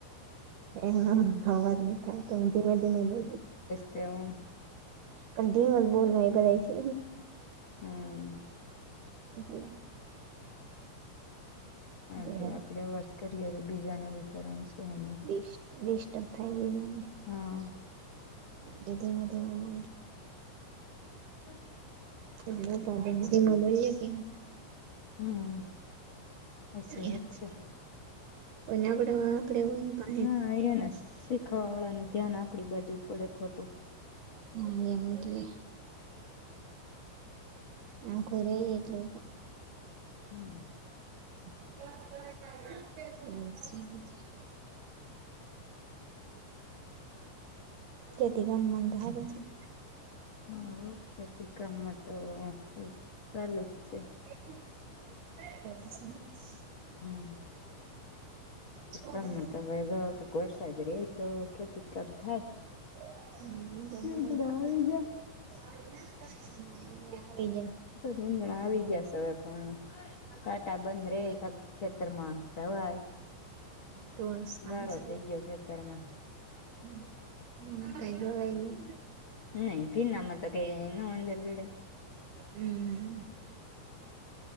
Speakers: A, on the right; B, on the left.
A: એમ નેમ અવાજ નથી આવતો, ધીમે ધીમે બોલ.
B: તેવું.
A: પણ ધીમે જ બોલાય, બધાએ છે.
B: હમ.
A: ભલે.
B: હા
A: એટલે
B: ભાઈ, આપડે વશ કરીએ તો બીજાને બિચારાને શું હ?
A: ડિસ્ટ ડિસ્ટર્બ થાય બીજા ને.
B: હા.
A: એટલે ધીમે ધીમે બોલું.
B: <unintelligible>
A: એટલે હું પાછળથી ધીમે બોલ્યો કે ની.
B: હમ. સાચી વાત
A: એ
B: છે
A: અને આપડામાં આપડે એવું હોયન
B: હા, અયા ને શીખવા વાળા નું ધ્યાન આપડી બાજુ પડે ખરુ?
A: હા, એમ એટલે. આખો રઈ એટલે
B: હમ.
A: <unintelligible> અન સી બી થાય.
B: હમ.
A: કેથી, ગમે મને હે તો પછી.
B: હા, ઓકેતી કામમાં તો બસ સાલું જ છે.
A: હ.
B: હમ.
A: સારું
B: કમ તક વરસાય રય તો ખેતી કમ થાય <unintelligible>
A: હમાઈ
B: નીંદણા
A: આવી
B: ગયા
A: જ <unintelligible>
B: નિંદ જણા આવી ગયા હવે. પણ સાટા બંધ રે, ખેતરમાં જ જવાય.
A: તો કન્સ
B: ગારો
A: <unintelligible>
B: થઈ ગયો ખેતર માં.
A: હમ, નિમાઈ જવાય. નહી.
B: હ ન ફિ ના મ તો કઈ નું અંદેર ગીડ <inaudible>
A: હમ.